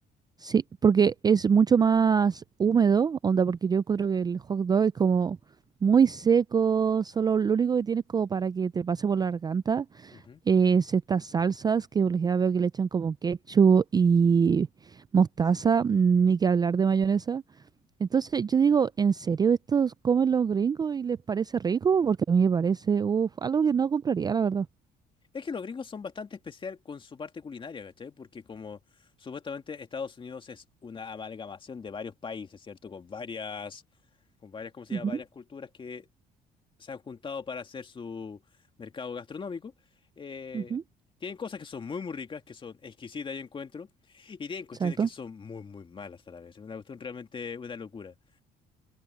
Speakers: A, on the right; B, on the left.
A: Sí, porque es mucho más húmedo, onda, porque yo encuentro que el hot dog es como muy seco, solo lo único que tienes como para que te pase por la garganta
B: Ujú.
A: es estas salsas que por ejemplo veo que le echan como ketchup y mostaza, ni que hablar de mayonesa. Entonces yo digo, ¿en serio estos comen los gringos y les parece rico? Porque a mí me parece, uf, algo que no compraría, la verdad.
B: Es que los gringos son bastante especial con su parte culinaria, ¿cachai? Porque como supuestamente Estados Unidos es una amalgamación de varios países, ¿cierto? Con varias, con varias, ¿cómo se
A: Ujú,
B: llama? Varias culturas que se han juntado para hacer su mercado gastronómico. Eh,
A: ujú,
B: tienen cosas que son muy, muy ricas, que son exquisitas, yo encuentro, y tienen cuestiones
A: Exacto.
B: que son muy, muy malas a la vez. Es una cuestión realmente una locura.